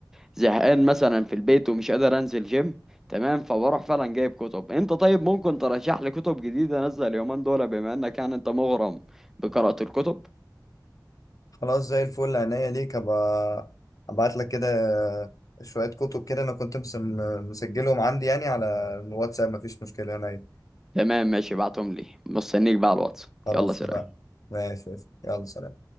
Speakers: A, in the centre; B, on the left.
A: زهقان مثلا في البيت ومش قادر انزل جيم تمام فبروح فعلا جايب كتب انت طيب ممكن ترشح لي كتب جديده انزل اليومين دول بما انك يعني انت مغرم بقراءه الكتب
B: خلاص زي الفل عينيا ليك ابقى ابعت لك كده شويه كتب كده انا كنت مس- مسجلهم عندي يعني على الواتساب مفيش مشكله عينيا
A: تمام ماشي بعتهم لي مستنيك بقى على الواتس
B: خلاص
A: يلا سلام
B: اتفقنا ماشي ماشي. يلا سلام